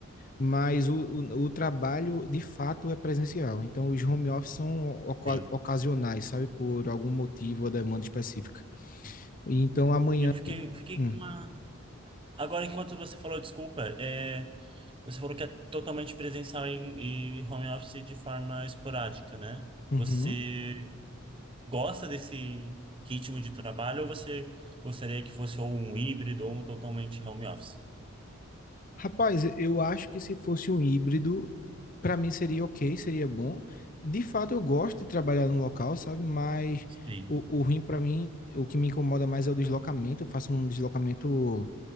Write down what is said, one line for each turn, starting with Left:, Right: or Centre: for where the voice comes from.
Left: Mas o, o, o trabalho, de fato, é presencial. Então, os home office são oca-
Right: Sim.
Left: ocasionais, sabe? Por algum motivo ou demanda específica. Então, amanhã.
Right: E fiquei, fiquei
Left: Hum,
Right: com uma. Agora, enquanto você falou, desculpa, é, você falou que é totalmente presencial e, e home office de forma esporádica, né?
Left: uhum.
Right: Você gosta desse ritmo de trabalho ou você gostaria que fosse ou um híbrido ou um totalmente home office?
Left: Rapaz, eu acho que se fosse um híbrido, para mim seria ok, seria bom. De fato, eu gosto de trabalhar no local, sabe? Mas
Right: Sim.
Left: o, o ruim para mim, o que me incomoda mais é o deslocamento. Eu faço um deslocamento